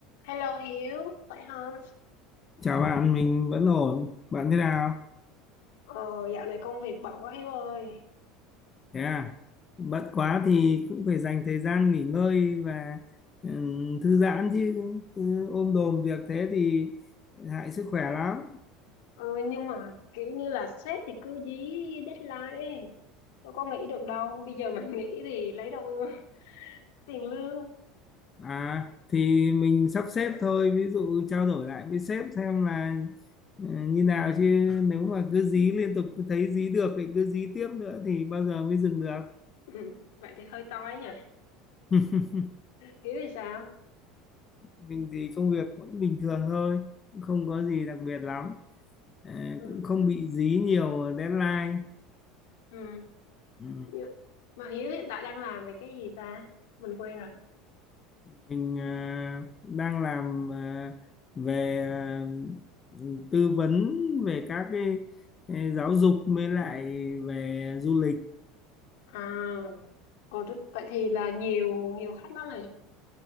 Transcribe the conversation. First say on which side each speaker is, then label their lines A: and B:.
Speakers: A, on the left (about 80°); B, on the left (about 25°).
A: Hello Hiếu, khỏe không?
B: Chào bạn, mình vẫn ổn. Bạn thế nào?
A: Ờ, dạo này công việc bận quá Hiếu ơi.
B: Thế à? Bận quá thì cũng phải dành thời gian nghỉ ngơi và ừm, thư giãn chứ cứ ôm đồm việc thế thì hại sức khỏe lắm.
A: Ờ, nhưng mà kiểu như là sếp thì cứ dí deadline ấy. Đâu có nghỉ được đâu. Bây giờ mình nghỉ <laughs> thì lấy đâu <laughs> tiền lương.
B: À, thì mình sắp xếp thôi, ví dụ trao đổi lại với sếp xem là ờ, như nào chứ nếu mà cứ dí liên tục cứ thấy dí được thì cứ dí tiếp nữa thì bao giờ mới dừng được.
A: Ừ, vậy thì hơi toi nhỉ.
B: <laughs>
A: Hiếu thì sao?
B: Mình thì công việc vẫn bình thường thôi, không có gì đặc biệt lắm. à,
A: Ừ,
B: cũng không bị dí nhiều deadline
A: ừ.
B: ừ.
A: Như- Mà Hiếu hiện tại đang làm về cái gì ta? Mình quên rồi.
B: mình à, đang làm à, về à, tư vấn về các cái cái giáo dục mới lại về du lịch
A: À, ồ, rất- vậy thì là nhiều nhiều khách lắm này.